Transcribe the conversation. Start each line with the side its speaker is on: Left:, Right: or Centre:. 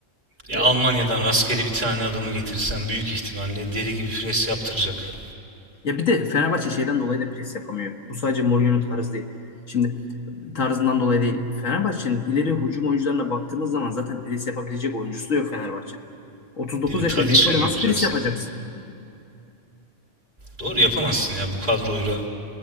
Right: Ya
Left: E,
Right: Almanya'dan rastgele bir tane adamı getirsen büyük ihtimalle deli gibi pres yaptıracak.
Left: ya bir de Fenerbahçe şeyden dolayı da pres yapamıyor. Bu sadece Mourinho'nun tarzı değil. Şimdi tarzından dolayı değil. Fenerbahçe'nin ileri hücum oyuncularına baktığımız zaman zaten pres yapabilecek oyuncusu da yok Fenerbahçe'nin. 39
Right: Değil mi?
Left: yaşında
Right: Tadiç'le
Left: Dzeko'yla
Right: mi
Left: nasıl
Right: yapacaksın?
Left: pres yapacaksın?
Right: Doğru yapamazsın ya bu kadroyla.